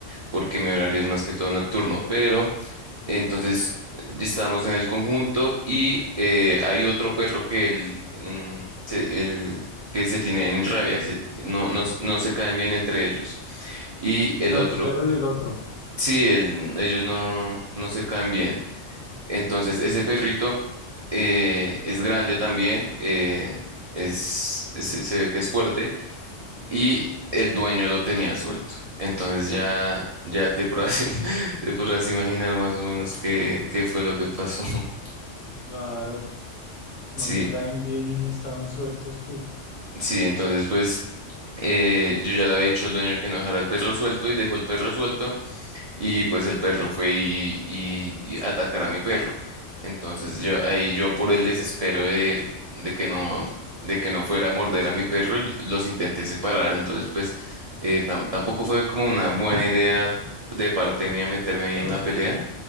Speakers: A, on the right; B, on the left.
A: porque mi horario es más que todo nocturno, pero entonces ya estábamos en el conjunto y eh, hay otro perro que él, mm, se, él- que se tiene en rabia, se- se- no, no, no se caen bien entre ellos. Y el
B: sea,
A: otro,
B: tu perro y el otro,
A: sí, el- ellos no, no se caen bien. Entonces ese perrito eh, es grande también, eh, es, es- se ve que es fuerte y el dueño lo tenía suelto. Entonces ya, ya te podrás, <laughs> te podrás imaginar más o menos qué, qué fue lo que pasó. <laughs>
B: claro, no
A: Sí,
B: se caen bien y estaban sueltos, uf,
A: sí, entonces pues eh, yo ya le había dicho al dueño que no dejara el perro suelto y dejó el perro suelto. y pues el perro fue y, y- y a atacar a mi perro. Entonces yo ahí yo por el desespero de, de que no de que no fuera a morder a mi perro, los intenté separar. Entonces pues eh, tam- tampoco fue como una buena idea de parte mía meterme ahí
B: ish,
A: en la pelea,